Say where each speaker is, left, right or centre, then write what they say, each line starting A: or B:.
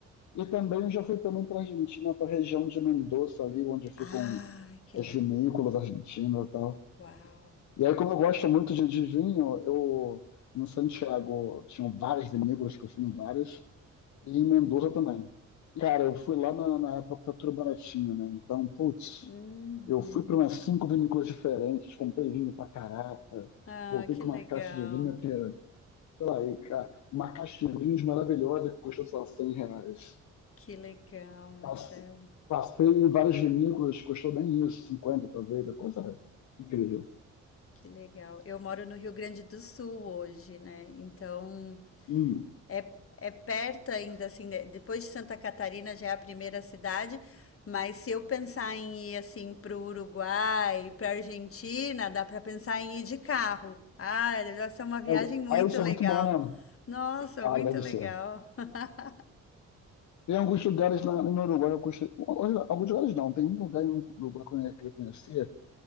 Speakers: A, on the left; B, on the left.
A: e também eu já fui também para Argentina, para a região de Mendoza, ali onde ficam
B: Ah, que
A: as
B: legal.
A: vinícolas argentinas e tal.
B: Uau.
A: E aí, como eu gosto muito de, de vinho, eu, em Santiago, tinham várias vinícolas, que eu fui em várias, E Mendoza também. Cara, eu fui lá na, na época que tá tudo baratinho, né? Então, putz,
B: Uhum.
A: eu fui para umas cinco vinícolas diferentes, comprei vinho pra caraca,
B: Ah,
A: voltei
B: que
A: com
B: legal.
A: uma caixa de vinho que, sei lá, e, ca- uma caixa de vinhos maravilhosa que custou, sei lá, 100 reais.
B: Que legal, Marcelo.
A: Passe- Passei em várias vinícolas, custou nem isso, 50 talvez, a coisa é incrível.
B: Que legal. Eu moro no Rio Grande do Sul hoje, né? Então,
A: Hum.
B: É, é perto ainda, assim, de- depois de Santa Catarina já é a primeira cidade, mas se eu pensar em ir, assim, pro Uruguai, pra Argentina, dá pra pensar em ir de carro. Ah, deve ser uma viagem
A: É,
B: muito
A: Ah, isso
B: legal.
A: é muito bom, né?
B: Nossa,
A: Ah,
B: muito
A: deve
B: legal.
A: ser.
B: <laughs>
A: Tem alguns lugares na, no Uruguai, eu gostei, alguns alguns lugares não, tem um lugar no Uruguai que eu queria conhecer,